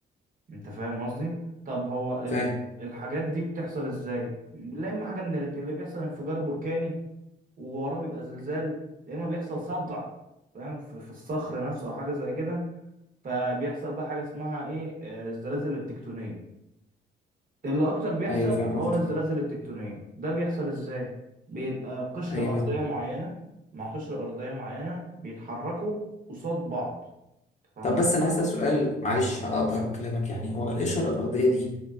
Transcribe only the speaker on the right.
انت فاهم قصدي طب هو ال-
الحاجات دي بتحصل ازاي لا اما حاجه من الاتنين اللي بيحصل انفجار بركاني ووراه بيبقى زلزال يا اما بيحصل صدع فاهم في في الصخر نفسه او حاجه زي كده فبيحصل بقى حاجه اسمها ايه آه، الزلازل التكتونيه اللي اكتر بيحصل
حوار
الزلازل التكتونيه ده بيحصل ازاي بيبقى قشره
ارضيه معينه مع قشره ارضيه معينه بيتحركوا قصاد بعض تفهم